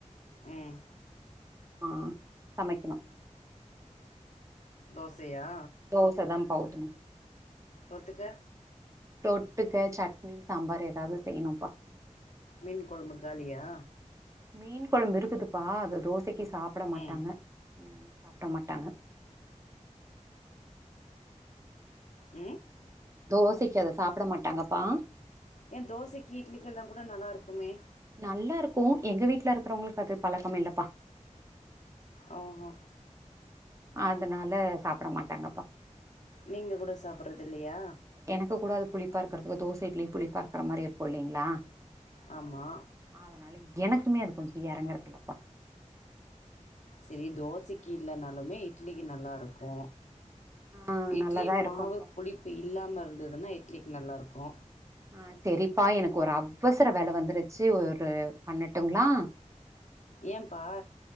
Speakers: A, on the left (about 65°); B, on the right (about 25°).
A: ம்
B: ஆ சமைக்கணு
A: தோசையா
B: தோசதாம்பா ஊத்தணு
A: தொட்டுக்க
B: தொட்டுக்க சட்னி சாம்பார் ஏதாவது செய்யணும்ப்பா
A: மீன் குழம்பு காலியா
B: மீன் குழம்பு இருக்குதுப்பா அத தோசைக்கு சாப்ட மாட்டாங்க
A: ம்
B: சாப்ட மாட்டாங்க
A: ம்
B: தோசைக்கு அத சாப்ட மாட்டாங்கப்பா
A: ஏ தோசைக்கு இட்லிக்கெல்லா கூட நல்லாருக்குமே
B: நல்லாருக்கு எங்க வீட்ல இருக்கறவங்களுக்கு அது பழக்கம் இல்லப்பா
A: ஆ ஹா
B: அதனால சாப்ட மாட்டாங்கப்பா
A: நீங்கள் கூட சாப்பிட்றது இல்லையா
B: எனக்கு கூட அது புளிப்பா இருக்கறதுக்கு தோச இட்லி புளிப்பா இருக்கற மாரி இருக்கு இல்லீங்ளா
A: ஆமா
B: அதனால எனக்குமே அது கொஞ்சோ எறங்கரதில்லபா
A: சரி தோசைக்கு இல்லனாலுமே இட்லிக்கு நல்லாருக்கு
B: ஆ
A: இட்லி
B: நல்லாதா இருக்கும்ப்பா
A: மாவு புளிப்பு இல்லாம இருந்ததுன்னா இட்லிக்கு நல்லாருக்கு
B: ஆ சரிப்பா எனக்கு ஒரு அவசர வேல வந்துருச்சு ஒரு பண்ணட்டுங்களா
A: ஏம்ப்பா